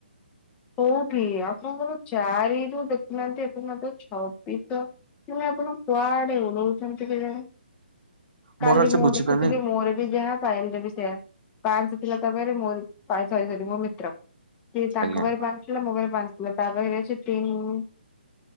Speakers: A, on the left (about 20°); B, on the right (about 65°).
A: କୋଉଠି ଆପଣଙ୍କର ଚାରି ରୁ ଦେଖୁନାହାନ୍ତି ଏବେ ମ ଛବିଶ। ତୁ ଆପଣ କୁଆଡେ ଉଡଉଛନ୍ତି କେ ଜାଣ। କାଲି
B: ମୋର ଆକ୍ଚୁଆଲି
A: ମୁଁ
B: ବୁଝିପାରୁନି
A: ଦେଖୁଥିଲି ମୋର ବି ଯାହା ପାାଇଲରେ ବି ପାଞ୍ଚ ଥିଲା ତାପରେ ମୋରରିରି ମୋ ମିତ୍ର ସେ ତାଙ୍କ
B: ଆଜ୍ଞା
A: ବାଞ୍ଚଥିଲା ମୁଁ ଘରେ ବାନ୍ଞ୍ଚିଲଥିଲା ତାପହରେ ଅଛି ତିନ